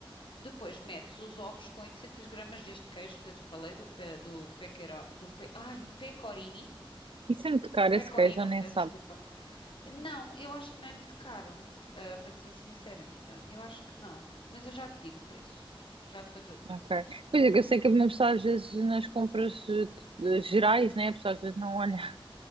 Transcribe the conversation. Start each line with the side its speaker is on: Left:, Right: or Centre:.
Left: Depois metes os ovos com 800 gramas deste queijo que eu te falei, do, pe, do, pequero, do pe, ai, pecorini,
Right: E se me tocar
Left: pecorino,
Right: esse queijo, eu nem
Left: peço
Right: sabe.
Left: desculpa. Não, eu acho que não é muito caro, ah, para te ser sincera, amiga, eu acho que não, mas eu já te digo o preço, já te vou dizer o preço.
Right: Ok. Pois é, que eu sei que uma pessoa às vezes nas compras eh, de- gerais, né? A pessoa às vezes não olha, <laughs>